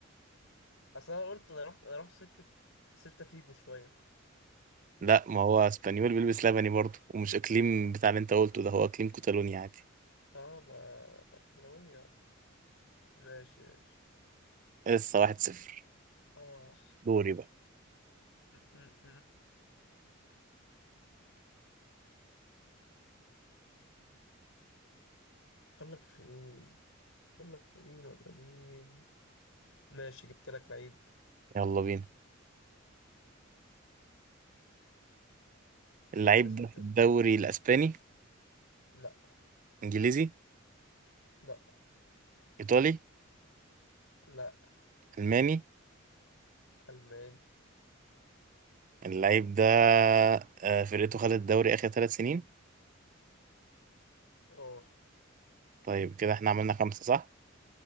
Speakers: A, on the left (about 70°); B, on the right (about 40°).
A: أصل أنا قلت أنا رحت أنا رحت سكة سيلتا فيجو شوية
B: لا ما هو اسبانيول بيلبس لبني برضه ومش اقليم بتاع اللي انت قلته ده هو اقليم كتالونيا عادي
A: اه ما كاتالونيا ماشي ماشي
B: لسه واحد صفر
A: آه
B: دوري بقى
A: أم- أقول لك في مين؟ أقول لك في مين ولا مين؟ ماشي جبت لك لعيب
B: يلا بينا اللعيب
A: اسأل
B: ده في الدوري الاسباني
A: لا
B: انجليزي
A: لا
B: ايطالي
A: لا
B: الماني
A: ألماني
B: اللعيب ده آه، فرقته خدت الدوري آخر ثلاث سنين
A: أه
B: طيب كده احنا عملنا خمسة صح؟